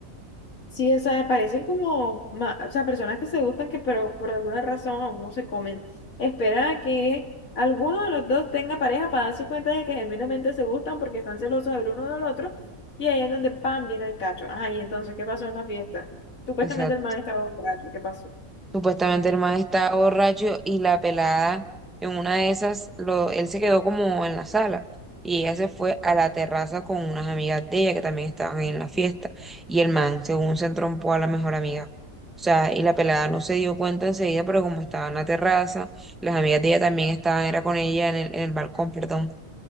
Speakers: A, on the left (about 75°); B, in the centre.
A: sí, o sea, parecen como, ma- o sea, personas que se gustan que pero por alguna razón aún no se comen. Espera a que alguno de los dos tenga pareja para darse cuenta de que genuinamente se gustan porque están celosos del uno del otro y ahí es donde pan viene el cacho. Ajá, y entonces, ¿qué pasó en la fiesta? Supuestamente
B: Exacto.
A: el man estaba borracho, ¿qué pasó?
B: Supuestamente el man estaba borracho y la pelada en una de esas, lo, él se quedó como en la sala y ella se fue a la terraza con unas amigas de ella que también estaban ahí en la fiesta y el man, según se entrompó a la mejor amiga. O sea, y la pelada no se dio cuenta enseguida, pero como estaba en la terraza, las amigas de ella también estaban, era con ella en el, en el balcón, perdón